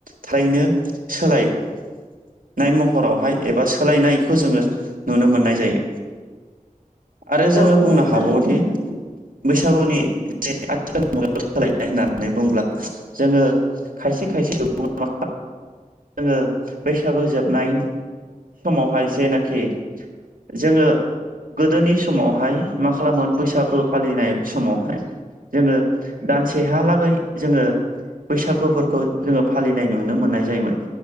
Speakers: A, on the right; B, on the left.
A: थारैनो नो सोलायनाय महरावहाय एबा सोलायनाय बेखौ जोङो नुनो मोननाय जायो आरो जोङो
B: औ नोंथां
A: बुंनो
B: थारैनो
A: हाबावोदि बैसागुनि आथिखाल मुगायाव सोलायनाय होननानै बुंब्ला जोङो खायसे खायसे सुबुं-
B: <inaudible>
A: जोङो बैसागु जोबनाय समावहाय जेनाखि जोङो गोदोनि समावहाय मा खालामोमोन बैसागो फालिनाय समावहाय जोङो दानसेहालागै जोङो बैसागुफोरखौ जोङो फालिनाय नुनो मोननाय जायोमोन